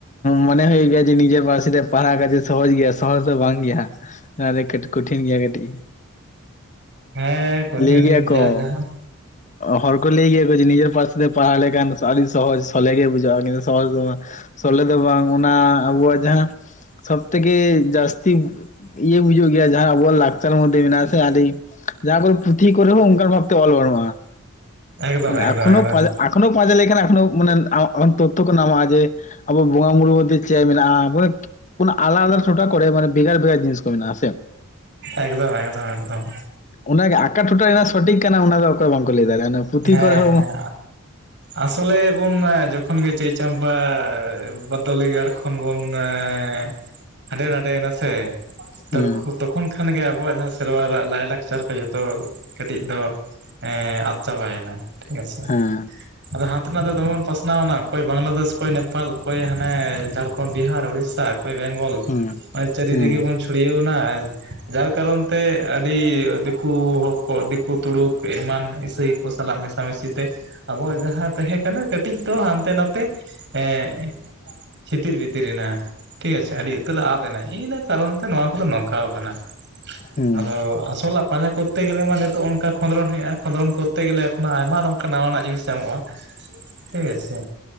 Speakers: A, on the left; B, on the right.
A: ᱢᱚᱱᱮ ᱦᱳᱭᱳᱜ ᱜᱮᱭᱟ ᱡᱮ ᱱᱤᱡᱮᱨ ᱵᱟᱥ ᱨᱮ ᱯᱟᱲᱦᱟᱜ ᱠᱟᱹᱴᱤᱡ ᱥᱚᱦᱚᱡ ᱜᱮᱭᱟ ᱥᱚᱦᱚᱡᱽ ᱫᱚ ᱵᱟᱝ ᱜᱮᱭᱟ ᱦᱟᱸᱜ ᱚᱱᱟᱴᱤᱡ ᱠᱚᱴᱷᱤᱱ ᱜᱮᱭᱟ ᱠᱟᱹᱴᱤᱡ᱾
B: ᱦᱮᱸ ᱠᱚᱴᱷᱤᱱ
A: ᱞᱟᱹᱭ ᱜᱮᱭᱟ ᱠᱚ
B: ᱡᱟ ᱡᱟᱦᱟᱸ
A: ᱦᱚᱲ ᱠᱚ ᱞᱟᱹᱭ ᱜᱮᱭᱟ ᱠᱚ ᱱᱤᱡᱮᱨ ᱯᱟᱨᱥᱮ ᱛᱮ ᱯᱟᱲᱟᱣ ᱞᱮᱠᱷᱟᱱ ᱟᱹᱰᱤ ᱥᱚᱦᱡᱽ ᱥᱚᱞᱦᱮᱜᱮ ᱵᱩᱡᱷᱟᱹᱜᱼᱟ᱾ ᱥᱚᱦᱚᱡ ᱫᱚ ᱵᱟᱝ ᱥᱚᱞᱦᱮ ᱫᱚ ᱵᱟᱝ ᱚᱱᱟ ᱟᱵᱚᱣᱟᱜ ᱡᱟᱦᱟᱸ ᱥᱚᱵ ᱛᱷᱮᱠᱮ ᱡᱟᱹᱟᱥᱛᱤ ᱤᱭᱟᱹ ᱵᱩᱡᱷᱟᱹᱜ ᱜᱮᱭᱟ ᱡᱟᱦᱟᱸ ᱟᱵᱚᱣᱟᱜ ᱞᱟᱠᱪᱟᱨ ᱢᱚᱫᱽᱫᱷᱮ ᱢᱮᱱᱟᱜᱼᱟᱥᱮ ᱟᱹᱰᱤ ᱡᱟᱦᱟ ᱠᱚᱨᱮ ᱯᱩᱸᱛᱷᱤ ᱠᱚᱨᱮ ᱦᱚ ᱚᱱᱠᱟ ᱵᱷᱟᱵᱛᱮ ᱚᱞ ᱵᱟᱱᱩᱜᱼᱟ
B: ᱮᱠᱫᱚᱢ
A: ᱢᱟᱱᱮ
B: ᱮᱠᱫᱚᱢ
A: ᱮᱠᱷᱳᱱᱚ
B: ᱮᱠᱫᱚᱢ
A: <unintelligible> ᱮᱠᱷᱚᱱᱚ ᱯᱟᱸᱡᱟ ᱞᱮᱠᱷᱟᱱ ᱮᱠᱷᱚ ᱢᱟᱱᱮ ᱛᱚᱛᱚ ᱠᱚ ᱱᱟᱢᱟ ᱡᱮ ᱟᱵᱚ ᱵᱚᱸᱜᱟ ᱢᱩᱲᱩ ᱢᱚᱫᱽᱫᱮ ᱪᱮ ᱢᱮᱱᱟᱜᱼᱟ ᱵᱚᱞᱮ ᱟᱞᱟ ᱟᱞᱟ ᱴᱚᱴᱷᱟ ᱠᱚᱨᱮ ᱢᱟᱱᱮ ᱵᱷᱮᱜᱟᱨ ᱵᱷᱮᱜᱟᱨ ᱡᱤᱱᱤᱥ ᱠᱚ ᱢᱮᱱᱟᱜᱼᱟ ᱥᱮ
B: ᱮᱠᱫᱚᱢ ᱮᱠᱫᱚᱢ ᱮᱠᱫᱚᱢ
A: ᱚᱱᱟᱜᱮ ᱟᱠᱟ ᱴᱚᱴᱷᱟ ᱨᱮᱱᱟᱜ ᱥᱚᱴᱷᱤᱠ ᱠᱟᱱᱟ ᱚᱱᱟ ᱫᱚ ᱚᱠᱚᱭ ᱵᱟᱝᱠᱚ ᱞᱟᱹᱭ ᱫᱟᱲᱮᱭᱟᱜᱼᱟ ᱯᱩᱛᱷᱤ
B: ᱦᱮᱸ
A: ᱠᱚᱨᱮ ᱦᱚᱸ
B: ᱦᱮᱸ ᱟᱥᱚᱞᱮ ᱵᱚᱱ ᱡᱚᱠᱷᱚᱱ ᱜᱮ ᱪᱟᱹᱭ ᱪᱟᱢᱯᱟ ᱵᱟᱫᱚᱞᱤ ᱜᱟᱲ <unintelligible> ᱦᱟᱸᱰᱮ ᱱᱟᱰᱮ ᱱᱟ ᱥᱮ ᱛᱟᱹ
A: ᱦᱩᱸ
B: ᱛᱚᱠᱷᱚᱱ ᱠᱷᱟᱱ ᱜᱮ ᱟᱵᱚᱣᱟᱜ ᱡᱟᱦᱟᱸ ᱥᱮᱨᱣᱟ ᱞᱟᱭᱼᱞᱟᱠᱪᱟᱨ ᱡᱚᱛᱚ ᱠᱟᱹᱴᱤᱡ ᱫᱚ ᱦᱮᱸ ᱟᱸᱼᱼ ᱪᱟᱵᱟᱭᱮᱱᱟ ᱴᱷᱤᱠ ᱟᱪᱷᱮ
A: ᱦᱮᱸ
B: ᱟᱫᱚ ᱦᱟᱱᱛᱮ ᱱᱟᱛᱮ ᱫᱚᱢᱮ ᱵᱚᱱ ᱯᱟᱥᱱᱟᱣᱱᱟ ᱚᱠᱚᱭ ᱵᱟᱝᱞᱟᱫᱮᱥ ᱚᱠᱚᱭ ᱱᱮᱯᱟᱞ ᱚᱠᱚᱭ ᱦᱟᱱᱮ ᱡᱷᱟᱲᱠᱷᱚᱸᱰ ᱵᱤᱦᱟᱨ ᱩᱲᱤᱥᱥᱟ ᱚᱠᱚᱭ ᱵᱮᱝᱜᱚᱞ
A: ᱦᱩᱸ
B: ᱪᱟᱹᱨᱤ
A: ᱦᱩᱸ
B: ᱫᱤᱠᱮ ᱵᱚᱱ ᱪᱷᱩᱼᱼᱼ ᱪᱷᱩᱲᱭᱟᱹᱣ ᱱᱟ ᱡᱟᱨ ᱠᱟᱨᱚᱱᱛᱮ ᱫᱤᱠᱩ ᱦᱚᱸᱠᱚ ᱫᱤᱠᱩ ᱛᱩᱲᱩᱠ ᱮᱢᱟᱱ ᱤᱥᱟᱹᱭ ᱠᱩ ᱥᱟᱞᱟᱜ ᱢᱮᱥᱟᱢᱤᱥᱤ ᱛᱮ ᱟᱵᱚᱣᱟᱜ ᱡᱟᱦᱟᱸ ᱛᱟᱦᱮᱸ ᱠᱟᱱᱟ ᱠᱟᱹᱴᱤᱡ ᱫᱚ ᱦᱟᱱᱛᱮ ᱱᱟᱛᱮ ᱦᱮᱸ ᱪᱤᱛᱤᱨ ᱵᱷᱤᱛᱤᱨ ᱮᱱᱟ ᱴᱷᱤᱠ ᱟᱪᱷᱮ ᱟᱹᱰᱤ ᱩᱛᱟᱹᱨ ᱫᱚ ᱟᱫ ᱮᱱᱟ ᱤᱱᱟᱹ ᱠᱟᱨᱚᱱ ᱛᱮ ᱱᱚᱣᱟ ᱠᱚᱫᱚ ᱱᱚᱝᱠᱟᱣ ᱠᱟᱱᱟ
A: ᱦᱩᱸ
B: ᱟᱫᱚ ᱟᱥᱚᱞᱟᱜ ᱯᱟᱸᱡᱟ ᱠᱚᱨᱛᱮ ᱜᱮᱞᱮ ᱢᱟ ᱱᱤᱛᱳᱜ ᱚᱱᱠᱟ ᱠᱷᱚᱸᱫᱽᱨᱚᱱ ᱦᱩᱭᱩᱜᱼᱟ ᱠᱷᱚᱸᱫᱽᱨᱚᱱ ᱠᱚᱼᱼᱼ ᱠᱚᱨᱛᱮ ᱜᱮᱞᱮ ᱮᱠᱷ ᱟᱭᱢᱟ ᱱᱚᱝᱠᱟ ᱱᱟᱣᱟᱱᱟᱜ ᱡᱤᱱᱤᱥ ᱧᱟᱢᱚᱜᱼᱟ ᱴᱷᱤᱠ ᱟᱪᱷᱮ